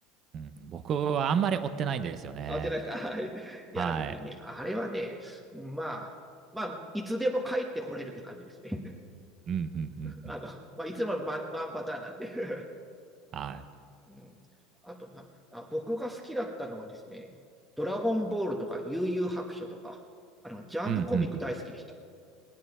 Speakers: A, on the right; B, in the centre.
A: い。うん、僕はあんまり追ってないんですよね。
B: あ、追ってないですかはい。いや、
A: はい。
B: 別にね、あれはね、まあ、まあ、いつでも帰ってこれるって感じですね。
A: うんうんうんうん。
B: あの、まあ、いつもワンワンパターンなんで、<laughs>
A: はい。
B: うん。あとなあ、僕が好きだったのはですね、ドラゴンボールとか悠々白書とか、あの、ジャンプコミック大好きでした。
A: うんうんうん。